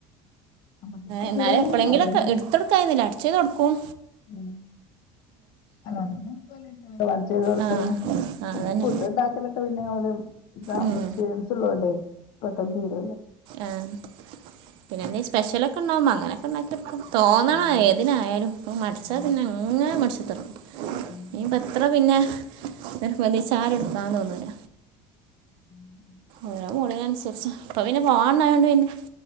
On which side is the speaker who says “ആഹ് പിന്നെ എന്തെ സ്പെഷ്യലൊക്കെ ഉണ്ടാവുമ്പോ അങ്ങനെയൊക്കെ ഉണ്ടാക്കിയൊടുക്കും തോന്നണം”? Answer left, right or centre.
Right